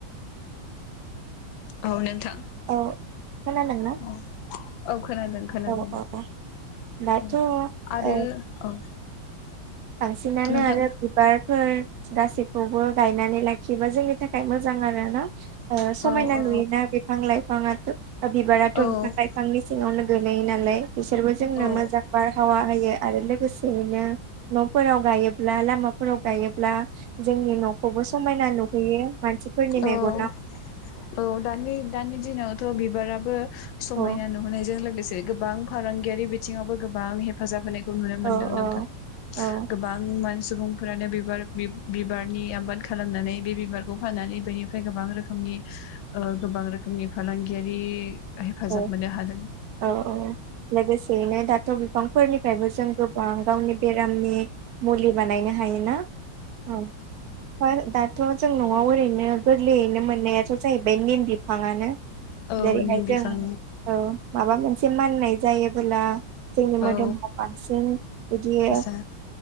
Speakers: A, on the left; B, on the right.
A: औ नोंथां।
B: औ खोनादोंना?
A: औ औ खोनादों -खोनादों
B: औ औ दाथ'
A: औ
B: ओ
A: आरो औ
B: बांसिनानो
A: नोंथां
B: आरो बिबारफोर गासै <unintelligible> गायनानै लाखियोबा जोंनि थाखाय मोजां आरो ना ओ समायना
A: औ औ
B: नुयोना बिफां <unintelligible> <unintelligible> बिबाराथ'
A: औ
B: बिफां- लाइफांनि सिङावनो गोलैयो नालाय बिसोरबो जोंनो
A: औ
B: मोजां बारहावा होयो आरो लोगोसेयैनो न'फोराव गायोब्ला लामाफोराव गायोब्ला जोंनि न'खौबो समायना नुहैयो मानसिफोरनि मेगनाव।
A: औ औ दानि दानि दिननावथ' बिबारा <unintelligible> समायना
B: औ
A: नुहोनायजों लोगोसे गोबां फालांगियारि बिथिङावबो गोबां हेफाजाब होनाय <unintelligible> नुनो मोनदों
B: औ
A: नोंथां।
B: औ
A: गोबां मान सुबुंफोरानो बिबार बिबारनि आबाद खालामनानै बे बिबारखौ फाननानै बेनिफ्राय गोबां रोखोमनि अ गोबां रोखोम <unintelligible> फालांगियारि हेफाजाब
B: औ
A: मोननो हादों।
B: औ औ लोगोसेयैनो दाथ' बिफांफोरनिफ्रायबो जों गोबां गावनि बेरामनि मुलि बानायनो हायोना? औ दा दाथ' जों न'आव ओरै <unintelligible> गोरलैयैनो मोननायाथ' जाहैबाय निम बिफांआनो
A: औ
B: जेरैहाय
A: निम
B: जों
A: बिफां
B: औ माबा मोनसे माननाय जायोबोला जोंनि मोदोमाव
A: औ
B: बांसिन बिदि
A: जा